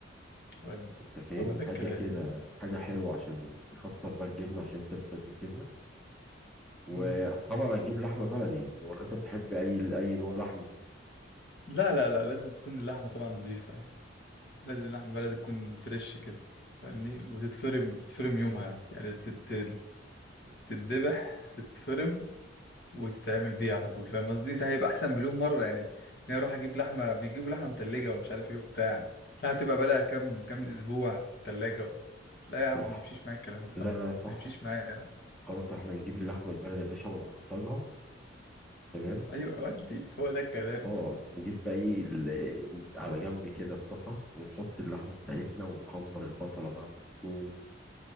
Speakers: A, on the left; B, in the centre.
A: ودي
B: أنت فاهم
A: هو ده
B: حاجة
A: الكلام
B: كده حاجة حلوة عشان نكتر بقى الجبنة عشان أنت بتحب الجبنة وطبعا
A: مم.
B: هنجيب لحمة بلدي ولا أنت بتحب أي أي نوع لحمة
A: لا لا لا لازم تكون اللحمه طبعا نظيفه يعني لازم اللحمه بلدي تكون فريش كده فاهمني وتتفرم تتفرم يومها يعني تت... تتذبح تتفرم وتتعمل بيه على طول فاهم قصدي ده هيبقى احسن مليون مره يعني ان انا اروح اجيب لحمه بيجيبوا لحمه متلجه ومش عارف ايه وبتاع لا هتبقى بقى لها كام كام اسبوع في التلاجة و... لا يا عم
B: صح
A: ما يمشيش معايا الكلام ده طبعا
B: لا لا صح
A: ما يمشيش معايا
B: خلاص احنا نجيب اللحمة البلدي يا باشا ونعصجها تمام
A: ايوه ودي هو ده الكلام
B: اه نجيب بقى ايه ال- على جنب كده الطاسة ونحط اللحمة بتاعتنا ونحمر البصلة بقى والثوم